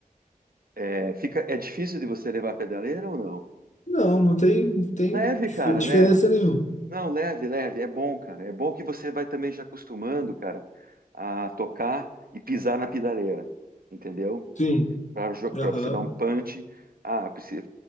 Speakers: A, on the right (about 85°); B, on the left (about 55°).
A: É, fica, é difícil de você levar a pedaleira ou não?
B: Não, não tem, não tem
A: Leve,
B: dif-
A: cara,
B: diferença
A: leve.
B: nenhuma.
A: Não, leve, leve. É bom, cara. É bom que você vai também já acostumando, cara, a tocar e pisar na pedaleira, entendeu?
B: Sim.
A: Para
B: Aham.
A: você dar um punch. Ah, preci-